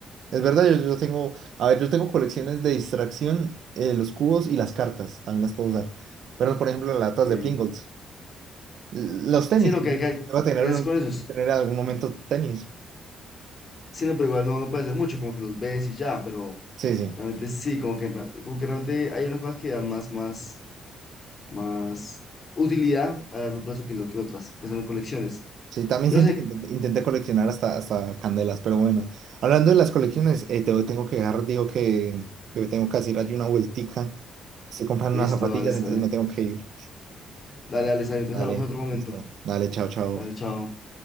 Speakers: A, on the right (about 70°); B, on the left (about 40°).
A: Es verdad, yo, yo tengo, a ver, yo tengo colecciones de distracción, eh, los cubos y las cartas, también las puedo usar. Pero, por ejemplo, las latas
B: Ok.
A: de Pringles. L- Los tenis,
B: Sí, no,
A: yo
B: que, que
A: voy a tener,
B: ya
A: un-
B: es con eso. es-
A: tener en algún momento tenis.
B: Sí, no, pero igual no, no puede ser mucho, como que los ves y ya, pero
A: Sí, sí.
B: realmente sí, como que, ra- como que realmente hay unas cosas que dan más, más. más utilidad a largo plazo que lo que otras, pues en colecciones.
A: Sí, también
B: Yo
A: siento
B: sé,
A: que intenté, intenté coleccionar hasta, hasta candelas, pero bueno. Hablando de las colecciones, eh, te- tengo que dejar, digo que, que tengo que hacer allí una vueltica. Estoy comprando
B: listo,
A: unas zapatillas,
B: dale, está
A: entonces
B: bien.
A: me tengo que ir.
B: Dale, dale, está bien. Entonces
A: Dale,
B: hablamos en otro momento.
A: listo. Dale, chao, chao.
B: Dale, chao.